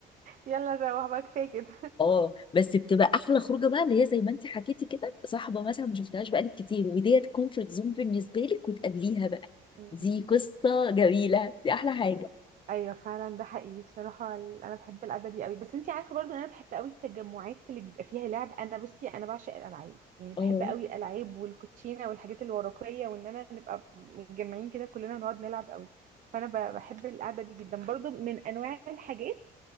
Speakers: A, on the right; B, on the left.
A: يلا نروح بقى كفايه كده
B: اه بس بتبقى احلى خروجه بقى اللي هي زي ما انت حكيتي كده صاحبه مثلا ما شفتهاش بقالك كتير وديت كومفورت زون بالنسبه لك وتقابليها بقى
A: أمم.
B: دي قصه جميله دي احلى حاجه
A: ايوه فعلا ده حقيقي بصراحه ال- انا بحب القعده دي قوي بس انت عارفه برضو ان انا بحب قوي التجمعات اللي بيبقى فيها لعب انا بصي انا بعشق الالعاب يعني بحب
B: اه
A: قوي الالعاب والكوتشينه والحاجات الورقيه وان انا نبقى متجمعين كده كلنا نقعد نلعب قوي فانا ب- بحب القعده دي جدا برضو من انواع الحاجات